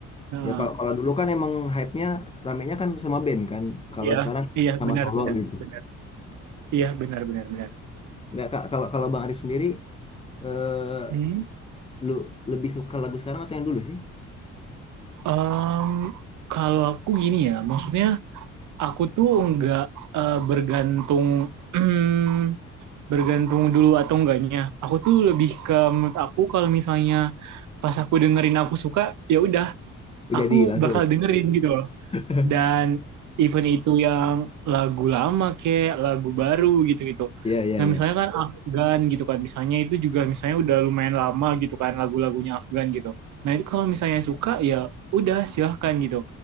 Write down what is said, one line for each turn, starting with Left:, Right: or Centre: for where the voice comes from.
Right: Nah,
Left: Ya kalau kalau dulu kan emang hype-nya ramenya kan sama band kan. Kalau
Right: iya,
Left: sekarang
Right: iya
Left: sama
Right: benar
Left: solo
Right: benar
Left: gitu.
Right: benar. Iya benar benar benar.
Left: Nggak Kak, kalau kalau Bang Arif sendiri eh
Right: Hmm.
Left: lu lebih suka lagu sekarang atau yang dulu sih?
Right: em, kalau aku gini ya, maksudnya aku tuh nggak eh, bergantung <clears throat> bergantung dulu atau enggaknya. Aku tuh lebih ke menurut aku kalau misalnya pas aku dengerin aku suka, ya udah,
Left: Oh,
Right: aku
Left: jadi langsung.
Right: bakal dengerin gitu
Left: <laughs>
Right: dan event itu yang lagu lama kayak lagu baru gitu-gitu.
Left: Iya, iya,
Right: Nah
Left: iya.
Right: misalnya kan Afgan gitu kan, misalnya itu juga misalnya udah lumayan lama gitu kan lagu-lagunya Afgan gitu. Nah itu kalau misalnya suka ya udah silahkan gitu.